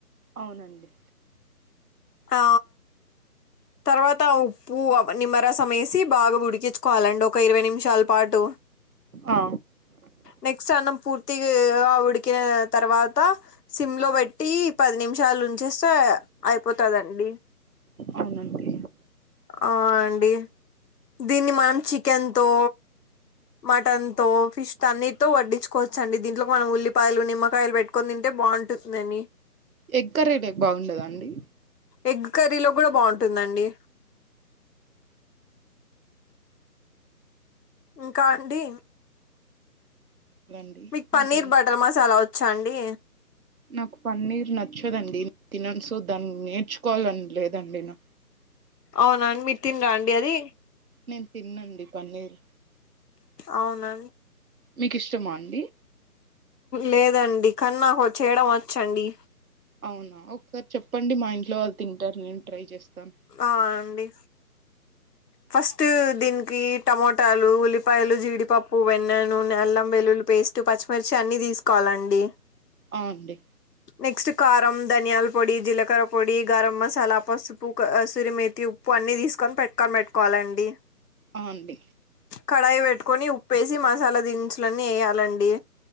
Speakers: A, on the right; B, on the left.
A: అవునండి
B: ఆ తర్వాత ఉప్పు నిమ్మరసం యేసి బాగా ఉడికిచ్చుకోవాలండి ఒక ఇరవై నిమిషాలు పాటు
A: ఆ
B: నెక్స్ట్ అన్నం పూర్తిగా ఉడికినా తర్వాత సిమ్ లో పెట్టి పది నిమిషాలు ఉంచేస్తే అయిపోతదండి
A: అవునండి
B: అ అండి దీన్ని మనం చికెన్ తో మటన్ తో ఫిష్ తో అన్నిటితో వడ్డిచ్చు కోవచ్చండి దీంట్లో కి మనం ఉల్లిపాయలు నిమ్మకాయలు పెట్టు కొని తింటే బాగుంటుంది అని
A: ఎగ్ కర్రీ లోకి బాగుండదా అండి
B: ఎగ్ కర్రీలో కూడా బాగుంటుందండి ఇంకా అండి
A: రండి
B: మీకు పన్నీర్
A: ఇంకేం
B: బటర్ మసాలా వచ్చా అండి
A: నాక్ పన్నీర్ నచ్చదండి నిన్ తినను సో దాన్ని నేర్చుకోవాలని లేదండి నా
B: అవునా మీర్ తినరా అండి అది
A: నిన్ తినను అండి పన్నీరు
B: అవునా
A: మీకి ఇష్టమా అండి
B: లేదండి కానీ నాకు చేయడం వచ్చండి
A: అవునా ఒకసారి చెప్పండి మా ఇంట్లో వాళ్ళు తింటారు నేను ట్రై చేస్తాను
B: ఆ అండి ఫస్ట్ దీనికి టమోటాలు ఉల్లిపాయలు జీడిపప్పు వెన్నె నూనె అల్లం వెల్లుల్లి పేస్ట్ పచ్చిమిర్చి అన్ని తీసుకోవాలండి
A: ఆ అండి
B: నెక్స్ట్ కారం ధనియాల పొడి జీలకర్ర పొడి గరం మసాలా పసుపు కసురి మేతి ఉ ఉప్పు అన్నీ తీసుకొని పక్కన పెట్టుకోవాలండి
A: ఆ అండి
B: కడాయి పెట్టుకొని ఉప్పేసి మసాలా దినుసులన్నీ ఎయ్యాలండి